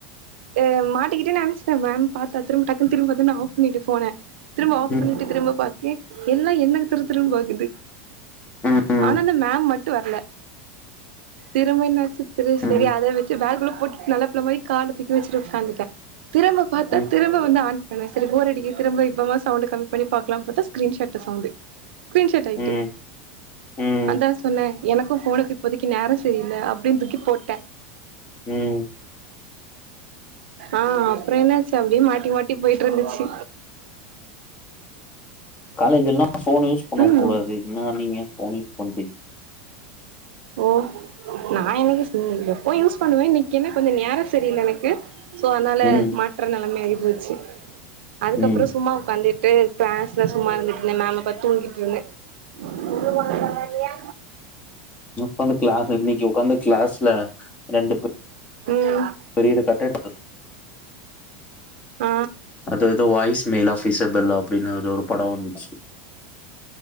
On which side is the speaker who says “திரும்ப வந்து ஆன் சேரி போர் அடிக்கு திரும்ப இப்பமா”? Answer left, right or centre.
Right